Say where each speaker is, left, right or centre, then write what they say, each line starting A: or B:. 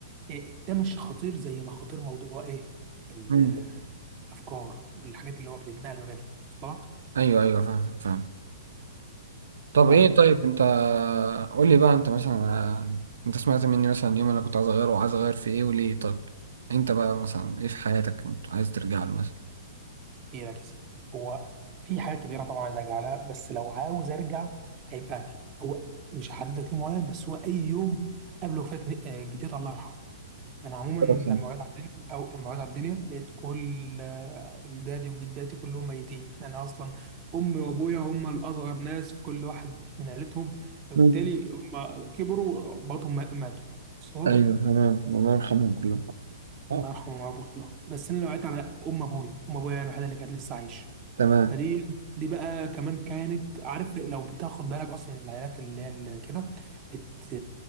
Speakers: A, on the right (about 30°); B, on the right (about 85°).
A: إيه، ده مش خطير زي ما خطير موضوع ايه ال-
B: مم.
A: الافكار والحاجات اللي هو بتتنقل ما بينهم وصل لك؟
B: ايوه ايوه فاهم فاهم طب
A: طب
B: ايه طيب انت قول لي بقى انت مثلا آه، انت سمعت مني مثلا اليوم انا كنت عايز اغيره وعايز اغير في ايه وليه طب انت بقى مثلا ايه في حياتك انت عايز ترجع له مثلا
A: ايه لك يا سيدي هو في حاجات كتيره طبعا عايز ارجع لها بس لو عاوز ارجع هيبقى هو مش هحدد لك يوم معين بس هو اي يوم قبل وفاه ن- آه، جدتي الله يرحمها انا عموما لما
B: رقم.
A: وعيت على الدنيا او لما وعيت على الدنيا لقيت كل آه، جدادي وجداتي كلهم ميتين انا اصلا امي وابويا هم الاصغر ناس في كل واحد من عيلتهم فبالتالي
B: مم.
A: هم كبروا بعضهم ماتوا وصلك
B: ايوه تمام الله يرحمهم كلهم
A: الله
B: آه.
A: يرحمه ويربط له بس انا وقعت على ام ابويا ام ابويا الوحيده اللي كانت لسه عايشه
B: تمام
A: فدي دي بقى كمان كانت عارف لو بتاخد بالك اصلا العائلات اللي هي اللي كده بت